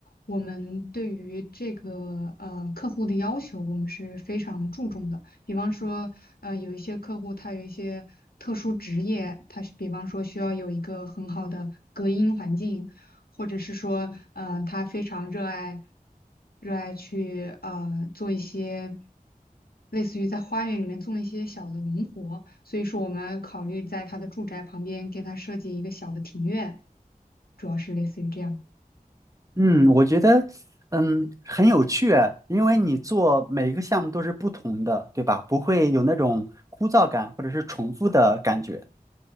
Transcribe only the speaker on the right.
嗯，我觉得，嗯，很有趣啊，因为你做每一个项目都是不同的，对吧？不会有那种枯燥感或者是重复的感觉。